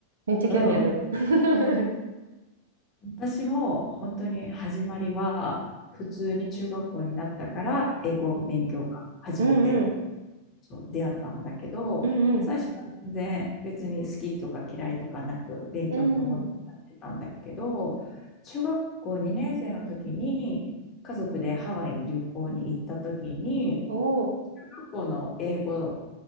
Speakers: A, on the right; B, on the left.
A: めっちゃ興味ある。
B: うん。
A: <laughs>
B: 私も本当に始まりは、普通に中学校になったから、英語を勉強が初めて
A: うんうん、
B: そう出会ったんだけど、
A: うんうん、
B: 最初は全然別に好きとか嫌いとかなく勉強と思ってたんだけど、
A: うんうん、
B: 中学校2年生の時に家族でハワイに旅行に行った時に、
A: おおー、
B: 中学校の英語